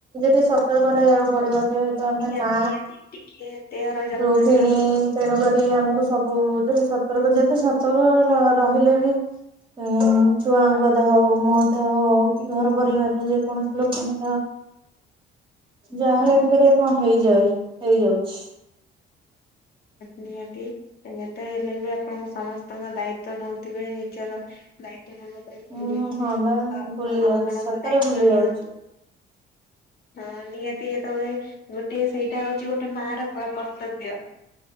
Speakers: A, on the right; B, on the left.
A: ଟିକେ ସତର୍କ ରହିବାକୁ ପଡିବ। ଯେଉତୁ ଆମେ
B: ନିହାତି
A: ମା
B: ନିହାତି ଟିକେ ଦେହର ଯତ୍ନ
A: ଗୃହିଣୀ।
B: ନିଅନ୍ତୁ
A: ତେଣୁ କରି ଆମକୁ ସବୁତ୍ରୁ ଦେ ସତର୍କ ଦିଏ ତ ସତର୍କ ରହିଲେ ବି। ହୁଁ ଛୁଆଙ୍କ ଦେହ ହଉ ମୋ ଦେହ ହଉ କି ଘର ପରିବାରର ଯେକୌଣସି ଲୋକଙ୍କର
B: ହ
A: ଯାହେଲେ ଟିକେ ଟିକେ କଣ ହେଇଯାଏ ହେଇଯାଉଛି।
B: ନିହା ଏ ହେଲେ ବି ଆପଣଙ୍କୁ ସମସ୍ତଙ୍କ ଦାୟିତ୍ଵ ନଉଥିବେ। ନିଜର ଦାୟିତ୍ବ ନଉନ। ଭୁଲି
A: ମୁଁ
B: ଯାଇଥିବେ
A: ହଁ
B: ଆପଣ
A: ବା
B: ଆପଣଙ୍କ
A: ଭୁଲି ଯାଉଛି ସତରେ
B: ଦାୟିତ୍ଵ
A: ଭୁଲି
B: ନିଅନ୍ତୁ।
A: ଯାଉଛି।
B: ହଁ ନିହାତି ଯେତେବେଳେ ଗୋଟେ ସେଇଟା ହଉଛି ଗୋଟେ ମା ର କର୍ତ୍ତବ୍ୟ।